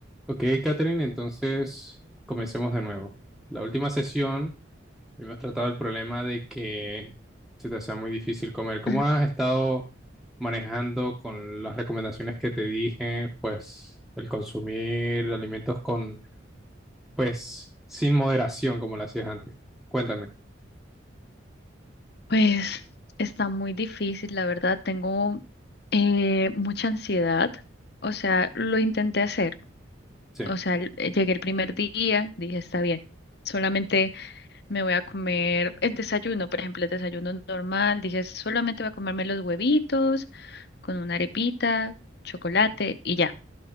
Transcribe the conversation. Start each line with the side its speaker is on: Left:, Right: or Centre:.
Centre: Ok, Catherine, entonces comencemos de nuevo. La última sesión hemos tratado el problema de que se te hacía muy difícil comer. ¿Cómo
Left: <clears throat>
Centre: has estado manejando con las recomendaciones que te dije? Pues el consumir alimentos con, pues, sin moderación como lo hacías antes. Cuéntame.
Left: Pues está muy difícil, la verdad. Tengo eh, mucha ansiedad. O sea, lo intenté hacer.
Centre: Sí,
Left: O sea, l- eh, llegué el primer día, dije, está bien. Solamente me voy a comer el desayuno, por ejemplo, el desayuno normal. Dije, solamente voy a comerme los huevitos con una arepita, chocolate y ya.